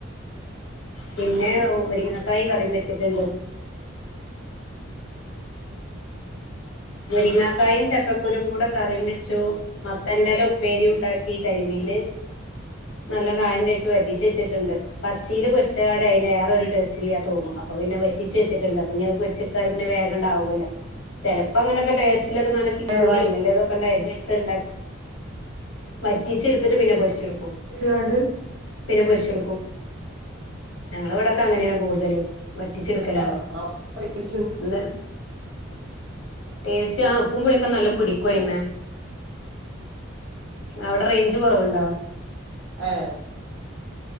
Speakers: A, on the left; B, on the right.
A: പിന്നെ മുരിങ്ങക്കായി കറിം വെച്ചിട്ട്ണ്ട് മുരിങ്ങാക്കായും ചക്കക്കുരും കൂടെ കറിം വെച്ചു. മത്തന്റല ഉപ്പേരിംണ്ടാക്കി കരിമീന്... നല്ല കായം തേച്ച് വറ്റിചെച്ചിട്ട്ണ്ട് പച്ചില് പൊ... വച്ചാല അയിന് വേറെ ഒരു ടേസ്റ്റ് ഇല്ല തോന്നു അപ്പ പിന്നെ വറ്റിച്ചേച്ചിട്ടുണ്ട് അപ്പ ഇഞ്ഞി അത് പൊരിച്ചിടുത്താൽ വേഗണ്ടാവുലോ ചെലപ്പോങ്ങനൊക്കെ ടേസ്റ്റിലൊക്കെ നല്ല ചീരുള്ളിയും
B: ഏഹ്
A: വല്ലാതൊക്കെ ങ്ങട്ട് അരിഞ്ഞിട്ത്ത് ണ്ടാക്കി വറ്റിച്ചെടുത്തിട്ട് പിന്നെ പൊരിച്ചെടുക്കും.
B: ച്ചു ആണ്ട്
A: പിന്നെ പൊരിച്ചെടുക്കും ഞങ്ങള വിടക്കങ്ങനെയാണ് കൂടുതലും. വറ്റിച്ചെടുക്കലാണ്.
B: ആഹ് അപ്പൊ ടേസ്റ്റ്
A: ഒന്ന് ടെസ്റ്റ്‌ ആ ഉപ്പും പുളിയൊക്കെ നല്ല പു ടിക്കയ്‌മേ.
B: ഏഹ്
A: അവടെ റേഞ്ച് കുറവുണ്ടോ
B: ഏ